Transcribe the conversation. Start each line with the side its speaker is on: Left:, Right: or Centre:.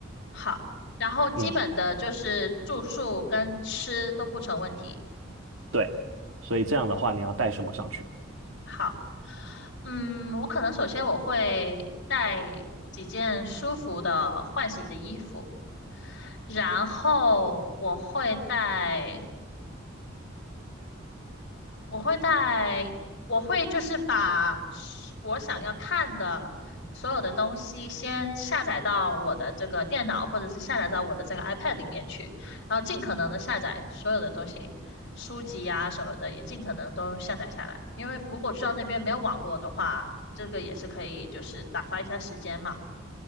Left: 好，然后基本的就是住宿跟吃都不成问题。
Right: 嗯，对，所以这样的话你要带什么上去？
Left: 好，嗯，我可能首先我会带几件舒服的换洗的衣服。然后我会带，我会带，我会就是把是我想要看的所有的东西先下载到我的这个电脑，或者是下载到我的这个 iPad 里面去，然后尽可能的下载所有的东西，书籍啊什么的也尽可能都下载下来，因为如果去到那边没有网络的话，这个也是可以就是打发一下时间嘛。